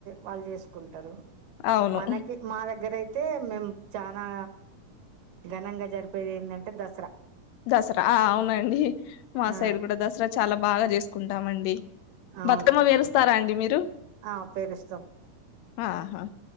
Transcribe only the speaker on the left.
అవును
దసరా అ అవునండి మా
సైడ్ కూడా దసరా చాలా బాగా చేసుకుంటామండి
బతుకమ్మ పెరుస్తారా అండి మీరు
ఆహా